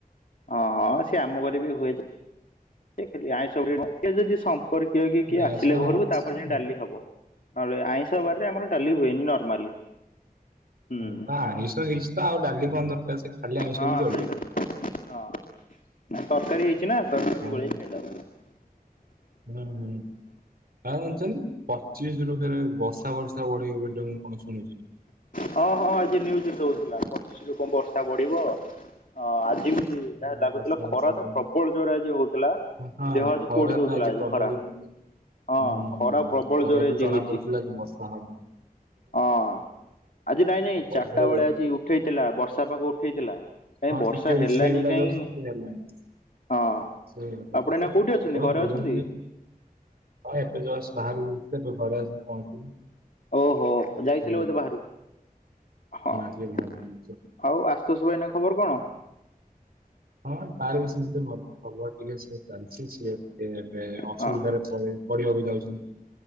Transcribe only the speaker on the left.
ହଁ ହଁ ସେ ଆମ ଘରେବି ହୁଏଯେ <unintelligible> ଆଇଁଷ ଯଦି <unintelligible> ପରେ କିଏ କିଏ
ଆସିଲେ
ଘରକୁ
ତାପରେ ଯାଇ ଡାଲି ହବ। ନହେଲେ ଆଇଁଷ ବାରିରେ ଆମର ଡାଲି ହୁଏନି ନର୍ମାଲି। ହୁଁ
ହଁ
ସେଇ କଥା। ହଁ ତରକାରୀ ହେଇଛି ନା ତରକାରୀ
ଗୋଳେଇ ଖାଇଦବ
ହଁ ହଁ ଆଜି ନ୍ୟୁଜ ଦଉଥିଲା ପଚିଶିରୁ କଣ ବର୍ଷା ବଢ଼ିବ। ହଁ ଆଜିବି
ଯାହା ଲାଗୁଥିଲା
ଖରାତ
ପ୍ରବଳ ଜୋରେ ଆଜି ହଉଥିଲା।
ଦେହ ହାତ
ପୋଡି ଦଉଥିଲା
ଖରା
ହଁ ଖରା ପ୍ରବଳ
ଜୋରରେ ଆଜି
ହେଇଛି।
ହଁ ଆଜି ନାଇଁ ନାଇଁ
ଚାରିଟା ବେଳେ ଆଜି ଉଠେଇଥିଲା ବର୍ଷା ପାଗ ଉଠେଇଥିଲା। କାଇଁ
ବର୍ଷା
ହେଲାନି
କାଇଁ
ହଁ।
ଆପଣ ଏଇନା କୋଉଠି ଅଛନ୍ତି ଘରେ ଅଛନ୍ତି?
ଓହୋ ଯାଇଥିଲେ
ବୋଧେ ବାହାରକୁ।
ଆଉ ଆଶୁତୋଷ ଭାଇନା ଖବର କଣ।
ହଁ